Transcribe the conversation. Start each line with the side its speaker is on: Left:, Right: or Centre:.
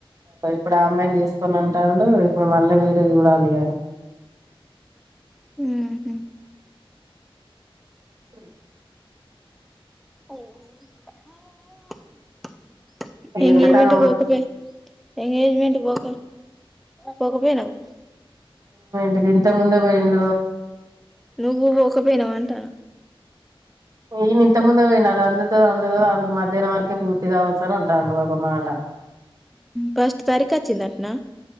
Right: ఇప్పుడు ఆ అమ్మాయిని చేసుకోను అంటండు ఇప్పుడు మళ్ళ వేరే చూడాలి ఇగ
Centre: హు హ్
Right: <inaudible>
Centre: అఓ <unintelligible>
Right: ఈ
Centre: ఎంగేజ్మెంట్
Right: ఎండాకాలం
Centre: కి పోకుపోయి ఎంగేజ్మెంట్ కి పోక పోక పోయినావు
Right: ఇంతక ముందే బోయిండు
Centre: నువ్వు పోకపోయినావ్ అంటాన్న
Right: నేనింతక ముందు పోయిన అది అందదు తదో అందదో అసలు మధ్యాహ్న వరకే పూర్తి కావచ్చు అని అంటాడు ఒక మాట.
Centre: ఫస్ట్ తారీఖు వచ్చిందటనా